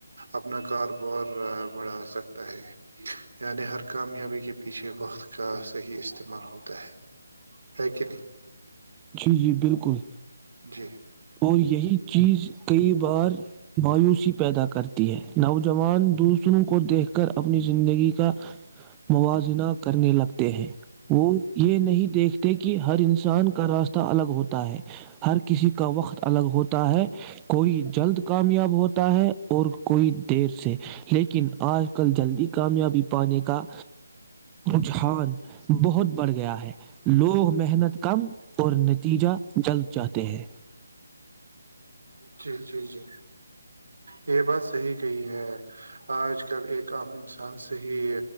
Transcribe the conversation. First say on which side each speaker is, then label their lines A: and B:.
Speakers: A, on the right; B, on the right.
A: اپنا کاروبار بڑھا سکتا ہے یعنی ہر کامیابی کے پیچھے وقت کا صحیح استعمال ہوتا ہے ہے کہ نہیں
B: جی جی بالکل
A: جی
B: اور یہی چیز کئی بار مایوسی پیدا کرتی ہے نوجوان دوسروں کو دیکھ کر اپ اپنی زندگی کا موازنہ کرنے لگتے ہیں وہ یہ نہیں دیکھ کہ ہر انسان کا راستہ الگ ہوتا ہوتا ہے ہر کسی کا وقت الگ ہوتا ہے کوئی جلد کامیاب ہوتا ہے اور کوئی دیر سے لیکن آج کل جلدی کامیابی پانے کا رجحان بہت بڑھ گیا ہے لوگ محنت کم اور نتیجہ جلد چاہتے ہیں
A: جی جی جی یہ بات صحیح کہی ہے آج کل ایک عام انسان صحیح